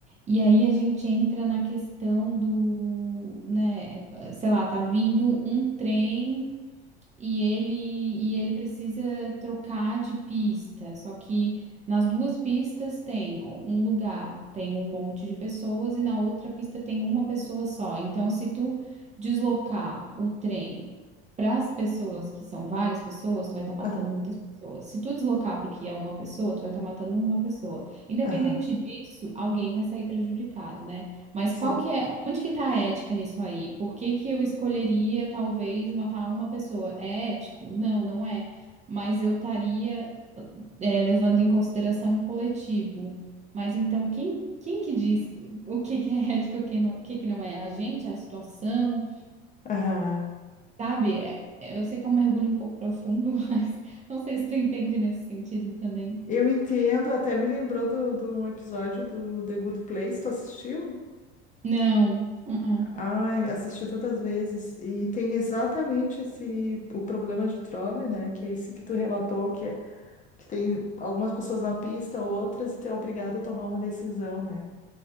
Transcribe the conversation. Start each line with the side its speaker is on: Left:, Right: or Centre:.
Right: E aí a gente entra na questão do, né, sei lá, tá vindo um trem. e ele e ele precisa trocar de pista. Só que nas duas pistas tem um lugar, tem um monte de pessoas e na outra pista tem uma pessoa só. Então, se tu deslocar o trem para as pessoas que são várias pessoas, tu vai estar matando
Left: Aham,
Right: muitas pessoas. Se tu deslocar para o que é uma pessoa, tu vai estar matando uma pessoa. Independente
Left: aham,
Right: disso, alguém vai sair prejudicado, né? Mas
Left: sim.
Right: qual que é, onde que tá a ética nisso aí? Por que que eu escolheria talvez matar uma pessoa? É ético? Não, não é. Mas eu estaria é, levando em consideração o coletivo. Mas então quem quem que diz o que que é <laughs> ético, e o que não, o que que não é? A gente, a situação,
Left: Aham.
Right: sabe? É- eu sei que é um mergulho um pouco profundo, <laughs> mas não sei se tu entende nesse sentido também.
Left: Eu entendo, até me lembrou de do, do um episódio do The Good Place, tu assistiu?
Right: Não. Uh-uh.
Left: Ai, assisti tantas vezes. E tem exatamente esse o problema de trole, né? Que é esse que tu relatou, que, é- que tem algumas pessoas na pista, outras, e tu é obrigado a tomar uma decisão, né?